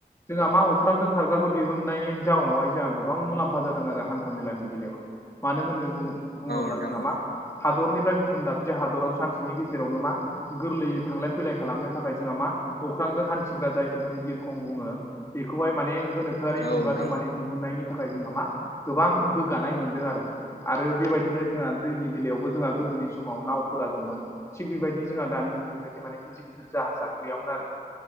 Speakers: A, on the left (about 20°); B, on the left (about 75°).
A: जोंहा मा अख्रांजों खारग्राखौ दिहुननायनि जाउनावहाय जोंहा गोबां मुलाम्फा जादों आरो हान्था मेलानि बेलायावहाय मानो होननो बुङोब्ला
B: नोंथां
A: जोंहा
B: औ
A: मा हादरनिफ्राय गुबुन दाबसे हादराव सानसेनि गेजेरावनो मा गोरलैयै थांलाय फैलाय खालामनो थाखाय जोंहा मा अख्रांजों हान्थि जायखौ जों बिरखं बुङो बेखौहाय माने गोनोखोआरि
B: औ
A: मुगाजों
B: नोंथां
A: माने दिहुननायनि थाखाय जोंहा मा गोबां गोग्गानाय मोनदों आरो आरो बेबायदिनो जोंहा दैनि बेलायावबो जोंहा गोदोनि समाव नावफोरा दंमोन थिग बेबायदिनो जोंहा दानि जुग ब माने गिदिर गिदिर जाहाजा गैयामोन आरो